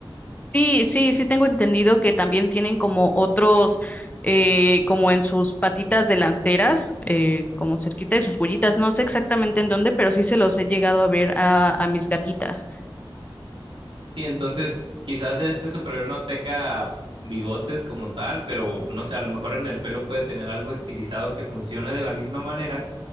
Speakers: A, on the left; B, on the right.
A: Sí, sí, sí tengo entendido que también tienen como otros, eh, como en sus patitas delanteras, eh, como cerquita de sus huellitas. No sé exactamente en dónde, pero sí se los he llegado a ver a, a mis gatitas.
B: Sí, entonces quizás este superhéroe no tenga bigotes como tal, pero no sé, a lo mejor en el pelo puede tener algo estilizado que funcione de la misma manera.